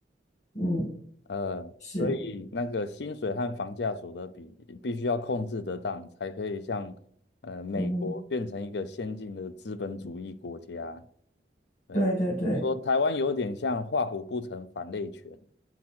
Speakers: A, on the left; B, on the left.
A: 嗯
B: 呃，
A: 是，
B: 所以那个薪水和房价所得比必须要控制得当，才可以像呃美国变成一个先进的资本主义国家。
A: 嗯哼
B: 对呀，
A: 对对对，
B: 你说台湾有点像画虎不成反类犬，